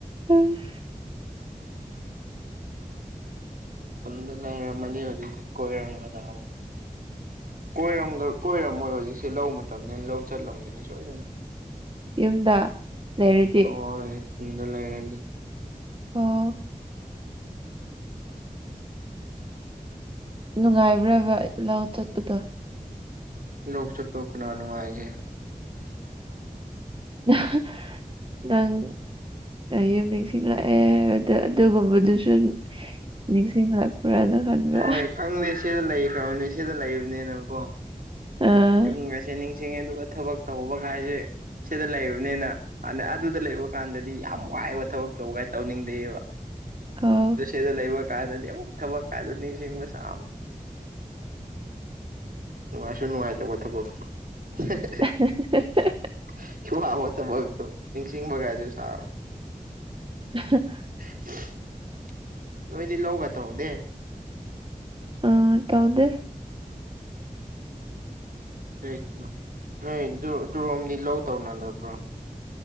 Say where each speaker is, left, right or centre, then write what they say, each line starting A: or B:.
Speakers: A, on the right; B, on the right.
A: ꯑꯁ
B: ꯈꯨꯟꯗ ꯂꯩꯔꯃꯅꯤ ꯍꯧꯖꯤꯛꯇꯤ ꯀꯣꯏꯔꯝꯒꯗꯕ ꯀꯣꯏꯔꯝ ꯀꯣꯢꯔꯝꯃꯣꯏ ꯍꯧꯖꯤꯛꯁꯦ ꯂꯧ ꯃꯇꯝꯅꯤꯅ ꯂꯧ ꯆꯠꯂꯝꯒꯅꯤ ꯁꯣꯏꯗꯅ
A: ꯌꯨꯝꯗ ꯂꯩꯔꯗꯤ
B: ꯍꯣꯏ ꯈꯨꯟꯗ ꯂꯩꯔꯗꯤ
A: ꯑꯣꯍ ꯅꯨꯡꯉꯥꯏꯕ꯭ꯔꯕ ꯂꯥꯎ ꯆꯠꯄꯗꯣ
B: ꯂꯧ ꯆꯠꯄꯕꯨ ꯀꯅꯥ ꯅꯨꯉꯥꯏꯒꯦ
A: ꯅꯍ ꯅꯪ ꯌꯨꯝ ꯅꯤꯡꯁꯤꯡꯂꯛꯑꯦ ꯑꯗꯨꯒꯨꯝꯕꯗꯨꯁꯨ ꯅꯤꯡꯁꯤꯡꯂꯛ ꯄ꯭ꯔꯥꯅ ꯈꯟꯕ
B: ꯍꯣꯏ ꯈꯪꯗꯦ ꯁꯤꯗ ꯂꯩꯈ꯭ꯔꯕꯅꯦ ꯁꯤꯗ ꯂꯩꯕꯅꯤꯅ ꯀꯣ
A: ꯑꯥ
B: ꯌꯨꯝꯒꯁꯦ ꯅꯤꯡꯁꯤꯡꯉꯦ ꯑꯗꯨꯒ ꯊꯕꯛ ꯇꯧꯕ ꯀꯥꯏꯁꯦ ꯁꯤꯗ ꯂꯩꯔꯕꯅꯤꯅ ꯍꯥꯟꯅ ꯑꯗꯨꯗ ꯂꯩꯕ ꯀꯥꯟꯗꯗꯤ ꯌꯥꯝ ꯋꯥꯏꯕ ꯊꯕꯛ ꯇꯧꯕ ꯀꯥꯏ ꯇꯧꯅꯤꯡꯗꯦꯑꯕ
A: ꯀ
B: ꯁꯤꯗ ꯂꯩꯕ ꯀꯥꯟꯗꯗꯤ ꯑꯃꯨꯛ ꯊꯕꯛ ꯀꯥꯟꯗꯣ ꯅꯤꯡꯁꯤꯡꯕ ꯁꯥꯕꯅꯤ ꯅꯨꯡꯉꯥꯏꯁꯨ ꯅꯨꯡꯉꯥꯏꯇꯕ ꯊꯕꯛꯇꯣ <unintelligible>
A: <inaudible>
B: <unintelligible> ꯊꯕꯛꯇꯣ ꯅꯤꯡꯁꯤꯡꯕꯒꯥꯁꯨ ꯁꯥꯢ
A: ꯑꯍꯥ
B: <unintelligible> ꯅꯣꯏꯗꯤ ꯂꯧꯒ ꯇꯧꯗꯦ
A: ꯑ ꯇꯧꯗꯦ
B: <inaudible> ꯀꯩꯒꯤꯅꯣ ꯅꯣꯏ ꯇꯨꯔꯣꯝꯗꯤ ꯂꯧ ꯇꯧꯅꯗꯕ꯭ꯔꯣ